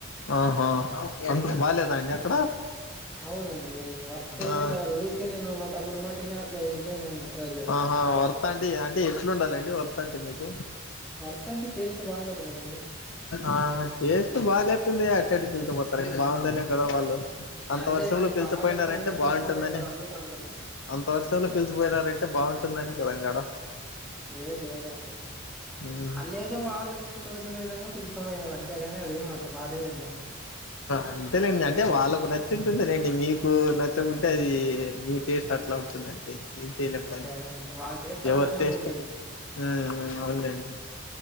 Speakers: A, on the left; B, in the centre.
A: ఆహా అంత బాగాలేదాఅండి అక్కడ
B: అవునండి. వర్త్ అయితే
A: ఆ
B: కాదు, ఊరికే నేను మా తమ్ముని మాటని అట్లా వెళ్ళిపోయినానండి. ఆ రోజు
A: ఆహా వర్త్ అంటే అంటే ఎట్లు ఉండాలండి. వర్త్ అంటే మీకు
B: వర్త అంటే టేస్ట్ బాగుండాలి కదండి.
A: ఆ టేస్ట్ బాగాలేకుంది అట్ట అట్లు పిలిచిపోతారు బాగుందనే కదా వాళ్ళు అంత
B: అదే
A: వర్షంలో
B: అండి
A: పిలిచిపోయినారంటే
B: బాలేకుండానే పిలుచుకొని
A: బాగుంటుందని
B: పోయినారు అందుకు అంటున్నా.
A: అంత వర్షల్లో పిలిచపోయిారంటే బాగుంటుందనే కదాం గడ
B: లే లేదండి
A: ఆడ
B: ఆలే ఏదో వాళ్ళ తోసిన విధంగా పిలుచుకని పోయినారు. అంతేగాని అదేమఅంత బాలేదండి.
A: అంతేలేండి. అంటే వాళ్ళకు నచ్చింటుందిలేండి. మీకు నచ్చకుంటే అది మీ టేస్ట్ అట్లా ఉంటుందంటే ఏం చేయలేము
B: అదే
A: దాన్ని
B: అదే అండి వాళ్ళ టేస్ట్
A: ఎవరు
B: ఆ విధంగా
A: టేస్ట్
B: ఉంది.
A: ఉ అవును లేండి